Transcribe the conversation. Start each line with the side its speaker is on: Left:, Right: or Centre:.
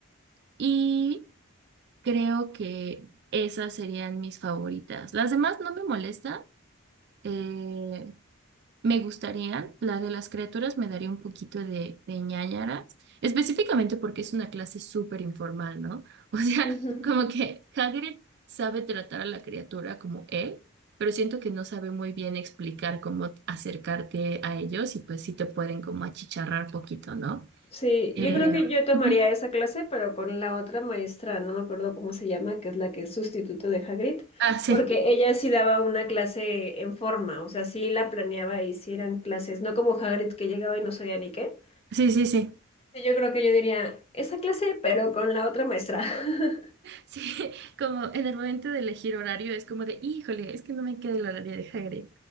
Right: y creo que esas serían mis favoritas. Las demás no me molestan. eh, me gustarían, la de las criaturas me daría un poquito de, de ñáñaras, específicamente porque es una clase súper informal, ¿no? <laughs> O sea,
Left: ujú.
Right: como que Hagrid sabe tratar a la criatura como él, pero siento que no sabe muy bien explicar cómo acercarte a ellos y pues sí te pueden como achicharrar poquito, ¿no?
Left: Sí,
Right: Eh,
Left: yo creo que yo tomaría
Right: ujú.
Left: esa clase, pero con la otra maestra, no me acuerdo cómo se llama, que es la que es sustituto de Hagrid,
Right: Ah, sí.
Left: porque ella sí daba una clase en forma, o sea, sí la planeaba y sí eran clases, no como Hagrid que llegaba y no sabía ni qué.
Right: Sí, sí, sí.
Left: Sí, Yo creo que yo diría esa clase, pero con la otra maestra. <laughs>
Right: Sí, <laughs> como en el momento de elegir horario es como de, híjole, es que no me queda el horario de Hagrid.